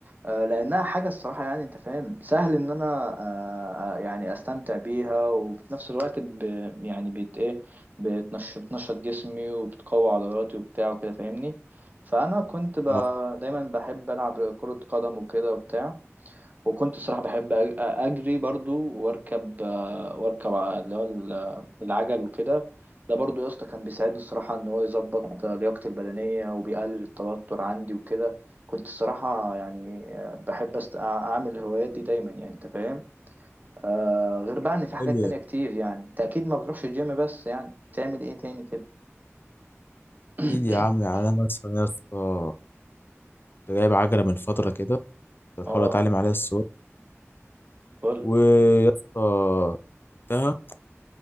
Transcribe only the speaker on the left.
اه
حلو
اكيد
يا عم يعني انا مثلا يا اسطى كنت جايب عجله من فتره كده كنت
بحاول اتعلم عليها السواقه
ويا اسطى جبتها